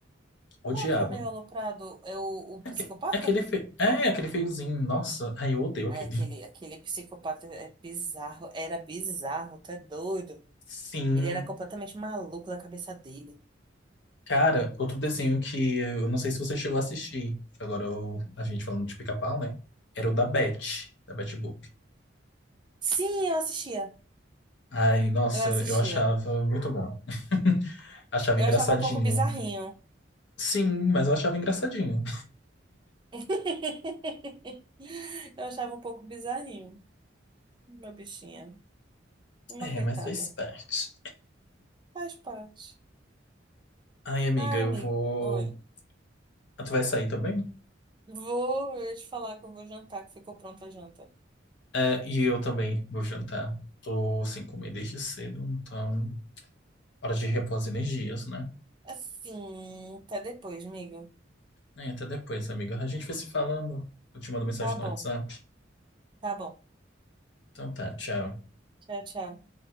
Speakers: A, on the left (about 65°); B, on the right (about 25°).
A: Odiava.
B: Qual que é o meio aloprado? É o, o
A: É
B: psicopata?
A: aque- é aquele, fe- é aquele feiozinho, nossa, ai, eu odeio
B: Ai,
A: aquele.
B: aquele, aquele psicopata é bizarro. Era bizarro, tu é doido.
A: Sim,
B: Ele era completamente maluco da cabeça dele.
A: cara, outro desenho que eu não sei se você chegou a assistir. Agora eu- a gente falando de pica-pau, né? Era o da Betty, da Betty Boop.
B: Sim, eu assistia.
A: Ai, nossa,
B: Eu assistia.
A: eu achava muito bom. <laughs> Achava
B: Eu
A: engraçadinho.
B: achava um pouco bizarrinho.
A: Sim, mas eu achava engraçadinho.
B: <laughs> Eu achava um pouco bizarrinho, uma bichinha, uma
A: É,
B: coitada.
A: mas faz parte.
B: Faz parte.
A: Ai, amiga,
B: Ai,
A: eu
B: amigo,
A: vou.
B: oi.
A: Ah, Tu vai sair também?
B: Vou, eu ia te falar que eu vou jantar, que ficou pronta a janta.
A: É, e eu também vou jantar. Tô sem comer desde cedo, então hora de repor as energias, né?
B: Assim, até depois, amigo.
A: É, até depois, amiga. A gente vai se falando. Eu te mando mensagem
B: Tá bom,
A: no WhatsApp.
B: tá bom.
A: Então tá, tchau.
B: Tchau, tchau.